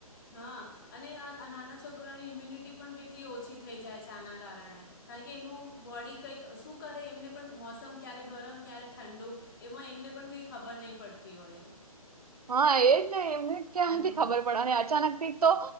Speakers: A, on the left (about 35°); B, on the right (about 80°).
A: હા અને આ નાના છોકરાની ઈમ્યુનિટી પણ કેટલી ઓછી થઈ જાય છે આના કારણે કારણ કે એનું બોડી કઈક શું કરે એમને પણ મોસમ ક્યારે ગરમ ક્યારે ઠંડુ એમાં એમને પણ કઈ ખબર નહી પડતી હોય.
B: હા એ એમને ક્યાંથી
A: હમ
B: ખબર પડે અને અચાનક થી તો